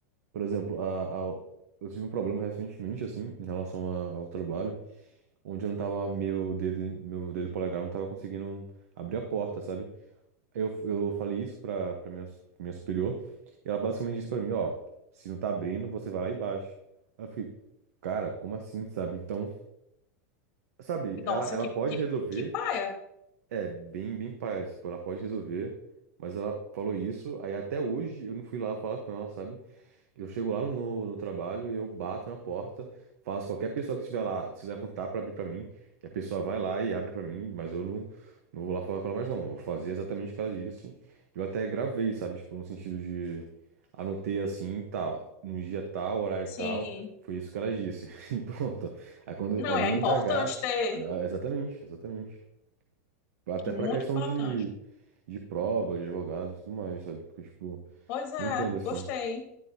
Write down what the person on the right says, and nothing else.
Por exemplo, a, a- eu tive um problema recentemente, assim, em relação a- ao trabalho, onde eu não tava, meu dedo, meu dedo polegar não tava conseguindo abrir a porta, sabe? Aí Eu, eu falei isso pra, pra minha, su- minha superior, e ela basicamente disse pra mim, ó, se não tá abrindo, você vai lá e baixa. Aí eu fiquei, cara, como assim, sabe? Então, sabe,
ela, ela
pode
resolver,
é, bem, bem paia, tipo, ela pode resolver, mas ela falou isso, aí até hoje eu não fui lá falar com ela, sabe? Eu chego lá no, no trabalho e eu bato na porta, faço qualquer pessoa que estiver lá se levantar para abrir para mim, e a pessoa vai lá e abre para mim, mas eu não, não vou lá falar com ela mais não. Eu fazia exatamente o que ela disse. Eu até gravei, sabe, tipo, no sentido de anotei assim, tal, num dia tal, horário
tal, foi isso que ela disse. <laughs> E pronto. Aí quando
alguém
indagar,
eu- ah, exatamente, exatamente. Até
para questão
de de prova, de advogado e tudo mais, sabe? Porque tipo,
não entendo assim.